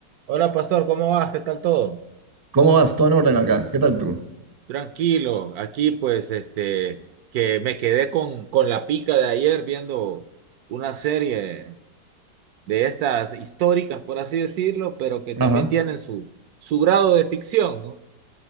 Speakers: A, on the right; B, on the right.
A: Hola, pastor, ¿cómo vas? ¿Qué tal todo?
B: ¿Cómo vas? Todo en orden acá. ¿Qué tal tú?
A: Tranquilo, aquí pues este, que me quedé con, con la pica de ayer viendo una serie de estas históricas, por así decirlo, pero que también
B: Ajá.
A: tienen su, su grado de ficción, ¿no?